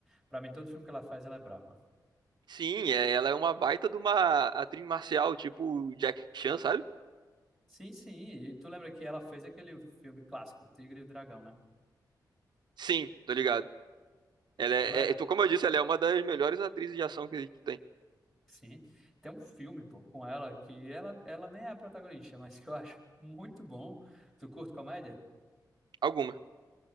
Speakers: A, in the centre; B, on the right (about 75°).
A: Pra mim, todo filme que ela faz, ela é brava.
B: Sim, é, ela é uma baita de uma atriz marcial, tipo Jack Chan, sabe?
A: Sim, sim. E tu lembra que ela fez aquele filme clássico, Tigre e o Dragão, né?
B: Sim, tô ligado. Ela
A: Ela,
B: é, é, tu- como eu disse, ela é uma das melhores atrizes de ação que que tem.
A: sim, tem um filme, pô, com ela que ela, ela nem é a protagonista, <laughs> mas que eu acho muito bom. Tu curte comédia?
B: Algumas.